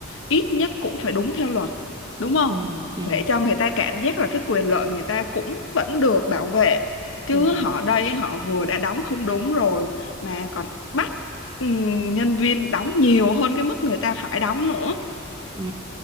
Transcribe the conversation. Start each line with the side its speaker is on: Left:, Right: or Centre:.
Left: ít nhất cũng phải đúng theo luật đúng không?
Right: ừ ừ
Left: Để cho người ta cảm giác là cái quyền lợi người ta cũng vẫn được bảo vệ
Right: ừ
Left: chứ họ đây họ vừa đã đóng không đúng rồi mà còn bắt ừm, nhân viên đóng nhiều hơn cái mức người ta phải đóng nữa.
Right: ừ